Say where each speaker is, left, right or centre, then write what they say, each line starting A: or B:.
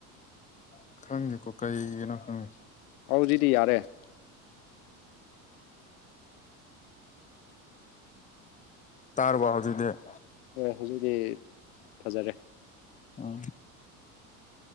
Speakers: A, on the left; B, on the left.
A: ꯎ ꯈꯪꯉꯦꯀꯣ ꯀꯩꯒꯤꯅꯣ ꯈꯪꯉꯦ
B: ꯍꯧꯖꯤꯛꯇꯤ ꯌꯥꯔꯦ
A: <inaudible> ꯇꯥꯔ ꯋꯥꯍꯗꯤꯗ
B: ꯍꯣꯏ ꯍꯧꯖꯤꯛꯇꯤ ꯐꯖꯔꯦ
A: ꯎꯝ